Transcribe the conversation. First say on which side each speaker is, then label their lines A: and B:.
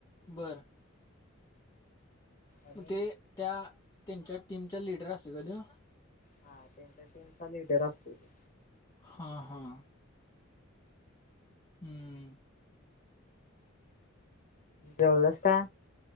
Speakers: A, on the left; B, on the left.
A: बरं.
B: आणि
A: मग ते त्या त्यांच्या टीमच्या लिडर असते कन्य
B: हा त्यांच्या टीमचा लिडर असतो तो.
A: हा हा. हम्म.
B: जेवलंस का